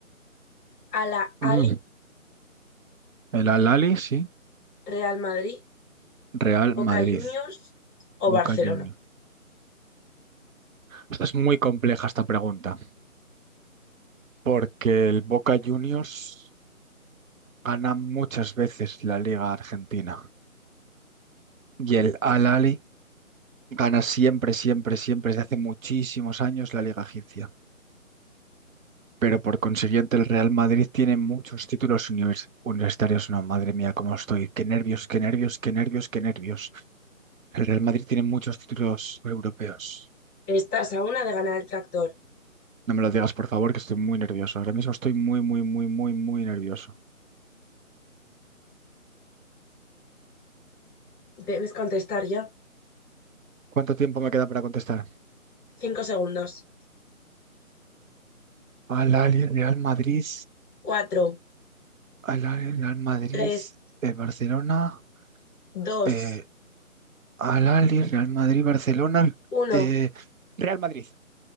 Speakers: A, in the centre; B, on the right (about 70°).
A: Al Ahly,
B: Mm, El Al-Ali, sí.
A: Real Madrid,
B: Real
A: Boca
B: Madrid,
A: Juniors o
B: Boca
A: Barcelona?
B: Juniors. Esta es muy compleja esta pregunta, porque el Boca Juniors gana muchas veces la Liga Argentina y el Al-Ahly gana siempre, siempre, siempre, desde hace muchísimos años la Liga Egipcia. Pero por consiguiente el Real Madrid tiene muchos títulos univers- universitarios. No, madre mía, cómo estoy. Qué nervios, qué nervios, qué nervios, qué nervios. El Real Madrid tiene muchos títulos europeos.
A: Estás a una de ganar el tractor.
B: No me lo digas, por favor, que estoy muy nervioso. Ahora mismo estoy muy, muy, muy, muy, muy nervioso.
A: Debes contestar ya.
B: ¿Cuánto tiempo me queda para contestar?
A: Cinco segundos.
B: Al Ahly, Real Madrid,
A: Cuatro,
B: Al Ahly, Real Madrid,
A: tres,
B: eh, Barcelona,
A: dos,
B: eh, Al Ahly, Real Madrid, Barcelona,
A: uno.
B: eh, Real Madrid.